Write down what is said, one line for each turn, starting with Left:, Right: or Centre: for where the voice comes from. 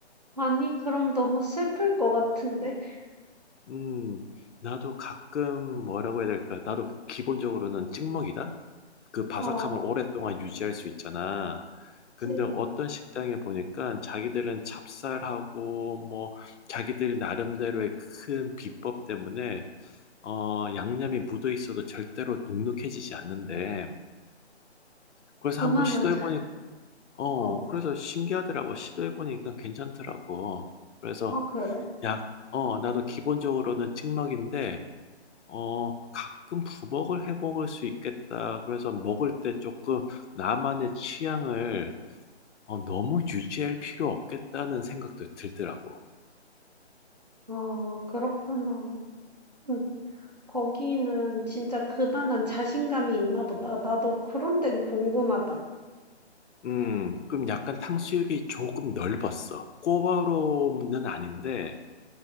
Right: 아니, 그럼 너무 슬플 것 같은데. <laughs>
Left: 음, 나도 가끔 뭐라고 해야 될까? 나도 기본적으로는 찍먹이다? 그 바삭함을
Right: 어,
Left: 오랫동안 유지할 수 있잖아. 근데
Right: 그치.
Left: 어떤 식당에 보니까 자기들은 찹쌀하고 뭐 자기들 나름대로의 큰 비법 때문에 어, 양념이 묻어 있어도 절대로 눅눅해지지 않는데 그래서
Right: 그만하자.
Left: 한번 시도해 보니 어,
Right: 어,
Left: 그래서 신기하더라고. 시도해 보니까 괜찮더라고. 그래서
Right: 어, 그래.
Left: 약 어, 나도 기본적으로는 찍먹인데 어, 가끔 부먹을 해 먹을 수 있겠다. 그래서 먹을 때 조금 나만의 취향을 어, 너무 유지할 필요 없겠다는 생각도 들더라고.
Right: 어, 그렇구나. 응, 거기는 진짜 그만한 자신감이 있나 보다. 나도 그런 데는 궁금하다.
Left: 음, 그럼 약간 탕수육이 조금 넓었어. 꼬바로는 아닌데,